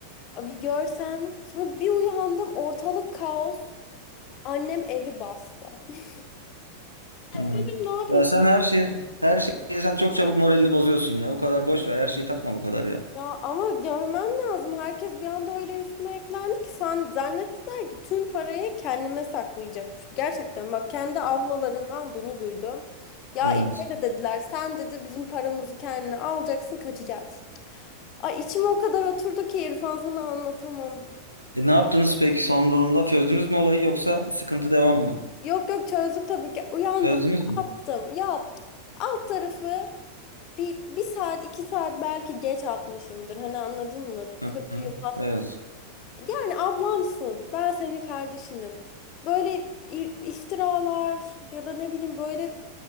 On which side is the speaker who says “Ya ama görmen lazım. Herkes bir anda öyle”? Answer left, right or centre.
Left